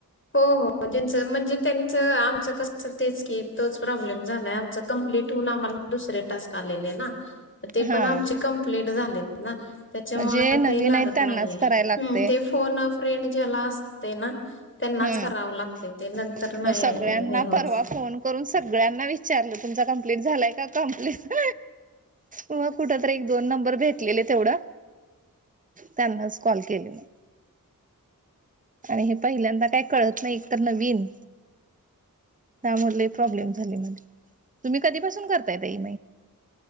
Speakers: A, on the left; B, on the right.
A: हो हो ज्यांचं म्हणजे त्यांचं आमचं कस तेच की तोच प्रॉब्लेम झालाय आमचा कंप्लीट हो दुसरे टास्क आलेले ना. ते
B: हा
A: पण आमचे कम्प्लीट झाले ना. त्याच्यामुळे
B: म्हणजे नवीन
A: ते लागत
B: आहेत त्यांनाच
A: नाहीये
B: करायला लागते
A: ते फोन अप फ्रेंड ज्याला असते ना. त्यांनाच
B: हम्म
A: करावं लागते ते नंतर नाही
B: मग सगळ्यांना
A: हे होत
B: परवा फोन करून सगळ्यांना विच विचारल तुमचा कंप्लीट झालाय का कम्प्लीट मग कुठ तर एक दोन नंबर भेटलेले तेवढं त्यांना कॉल केलेला आणि हे पहिल्यांद काय कळत नाही एकत नविन त्यामुळे लय प्रॉब्लेम झाले म्हणजे तुम्ही कधीपासून करतायेतई